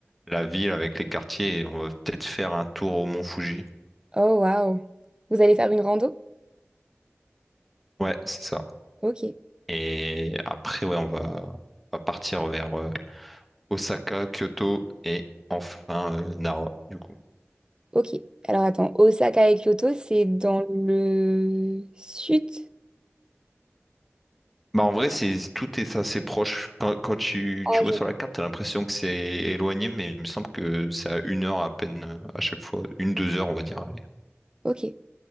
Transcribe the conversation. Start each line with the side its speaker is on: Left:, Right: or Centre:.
Centre: la ville avec les quartiers et on va peut-être faire un tour au mont Fuji.
Right: Oh, waouh. Vous allez faire une rando?
Centre: Ouais, c'est ça.
Right: Ok.
Centre: Et après, ouais, on va, on va partir vers euh, Osaka, Kyoto et enfin euh, Nara, du coup.
Right: Ok. Alors attends, Osaka et Kyoto, c'est dans le sud?
Centre: Bah, en vrai, c'est, tout est assez proche. Quand, quand tu,
Right: Ah,
Centre: tu
Right: je-
Centre: vois sur la carte, t'as l'impression que c'est éloigné, mais il me semble que c'est à une heure à peine euh, à chaque fois. Une, deux heures, on va dire. allez.
Right: Ok.